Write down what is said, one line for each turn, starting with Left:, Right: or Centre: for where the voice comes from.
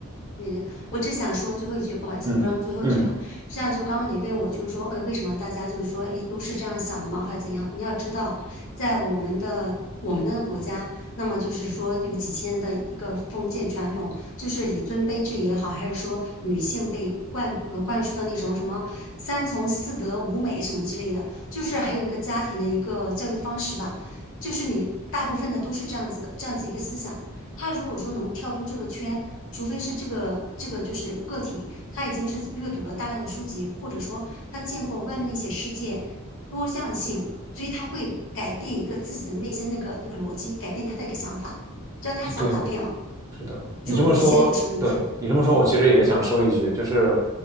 Left: 对的，我只想说最后一句，不好意思，
Right: 嗯嗯，
Left: 我说最后一句啊，这样就刚刚你问我，就是说，呃，为什么大家就是说，诶，都是这样想的吗，还是怎样？你要知道，在我们的我们那个国家，那么就是说有几千年的一个封建传统，就是以尊卑制也好，还是说女性被灌呃灌输的那种什么三从四德五美什么之类的，就是还有一个家庭的一个教育方式吧，就是你大部分的都是这样子的，这样子一个思想。他如果说能跳出这个圈，除非是这个这个就是个体，他已经是阅读了大量的书籍，或者说他见过外面的一些世界多样性，所以他会改变一个自己的内心那个那个逻辑，改变他的一个想法。只要他想法变了，
Right: 对，是的，你这么说，
Left: 就一切都不是问题。
Right: 对，你这么说，
Left: 嗯，
Right: 我其实也想说一句，就是